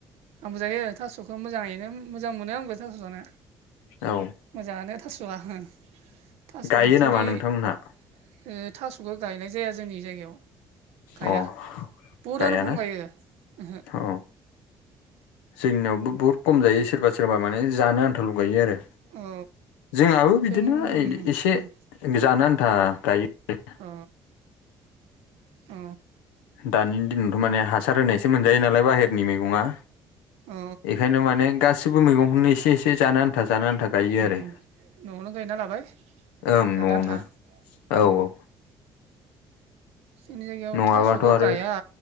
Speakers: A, on the right; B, on the left.
A: आंबोजायो थास'खौ मोजाङैनो मोजां मोनो आंबो थास' जानो
B: औ
A: मोजाङानो थास'आ ओ थासु
B: गायो
A: बिथुरि
B: नामा नोंथांमोनहा
A: ओ थास'खौ गायनाय जाया जोंनि जायगायाव गाया
B: अ
A: बहुदआनो
B: गायाना
A: खम गायो ओहो
B: औ जोंनियावबो बुहुत खम जायो सोरबा सोरबा माने जानो आन्था ल' गायो आरो
A: औ
B: जोंहाबो बिदिनो
A: जों उम
B: एसे
A: उम
B: जानो आन्था गायो
A: अ अ औ
B: दानि दिनावथ' माने हासार होनायसो मोनजायो नालाय बाहेरनि मैगङा
A: औ
B: एखायनो माने गासिबो मैगंखौनो एसे एसे जानो आन्था जानो आन्था गायो
A: उम
B: आरो
A: न'आवनो गायना लाबाय
B: ओं
A: जानो
B: न'आवनो
A: आन्था
B: औ
A: ओ
B: औ
A: जोंनि जायगायाव
B: नङाबाथ'
A: थास'खौ
B: आरो
A: गाया